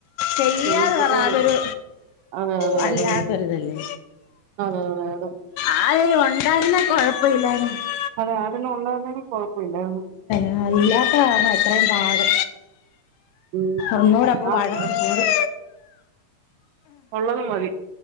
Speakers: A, on the left (about 80°); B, on the right (about 75°).
A: ചെയ്യാന്ന്
B: ചെയ്യുന്നത്
A: പറ അതൊരു
B: അതെ അതെ
A: വല്ലാത്തൊരിതല്ലേ
B: അതെ അതെ അതെ അതെ
A: ആ ഉണ്ടായിരുന്നെ കൊഴ <unintelligible>
B: <unintelligible> പിന്നെ ഉണ്ടായിരുന്നെ കൊഴപ്പമില്ലായിരുന്നു
A: ആ ഇല്ലാത്ത കാരണവ ഇത്രയും പാട്
B: ഉം
A: ഒന്നുടെ അപ്പൊ
B: ആഹ്
A: വഴക്ക് കൂടും.
B: ഉള്ളത് മതി